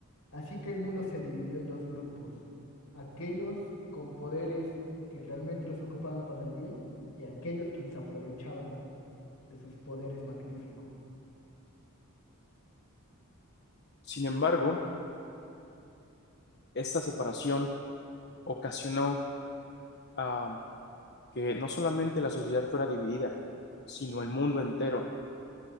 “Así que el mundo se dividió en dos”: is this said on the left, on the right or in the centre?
Left